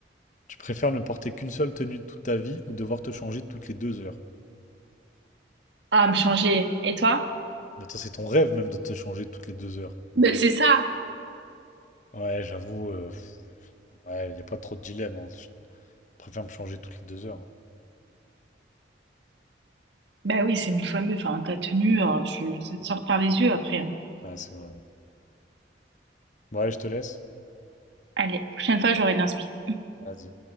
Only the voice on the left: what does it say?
Tu préfères ne porter qu'une seule tenue toute ta vie ou devoir te changer toutes les deux heures?
Mais Attends, c'est ton rêve même de te changer toutes les deux heures.
Ouais, j'avoue, euh, pff, ouais, y a pas trop de dilemme. hein. Je préfère me changer toutes les deux heures. hein.
Ouais, ouais, c'est vrai. Ouais, je te laisse.
Vas-y.